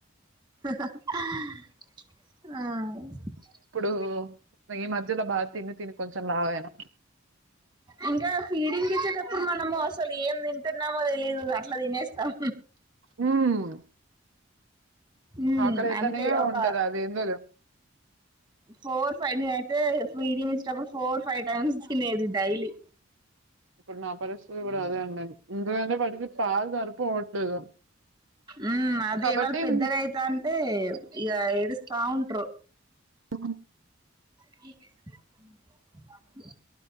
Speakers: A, on the right; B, on the right.
A: ఆ
B: ఓ ఈ మధ్యలో బాగా తిని తిని కొంచెం లావు అయినా
A: ఇంకా ఫీడింగ్ ఇచ్చేట ప్పుడు మనము అసలు ఏం తింటున్నామో తెలీదు అట్ల తినేస్తాం
B: హ్మ్
A: ఉమ్
B: ఆకలి అయితనే
A: అంతే ఒక
B: ఉంటది అది ఎందోలే
A: four five <unintelligible> four five times తినేది డైలీ
B: ఇప్పుడు నా పరిస్థితి కూడా అదే అండి ఎందుకంటే వాడికి పాలు సరిపోవట్లేదు
A: ఉమ్ అదే
B: కాబట్టి
A: వాళ్ళు పెద్దగా
B: ఉమ్,
A: అయితాంటే ఇగ ఏడుస్తా ఉంట్రు
B: అహ్
A: మీకు ఎట్ట తెలుసు